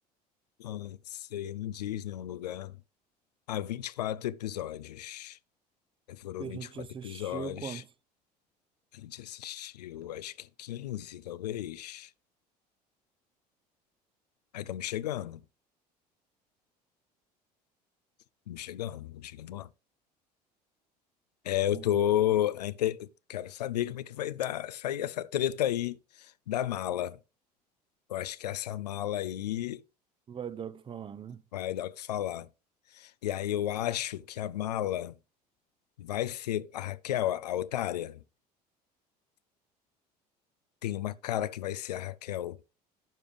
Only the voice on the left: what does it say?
Ah, Isso aí não diz nenhum lugar. Há 24 episódios. Foram
24
episódios.
A gente assistiu, acho que 15, talvez. Aí estamos chegando. Estamos chegando, estamos chegando lá. É, eu
tô. a inte- eu Quero saber como é que vai dar, sair essa treta aí da mala. Eu acho que essa mala aí
vai dar o que falar. E aí eu acho que a mala vai ser a Raquel, a, a otária. Tem uma cara que vai ser a Raquel.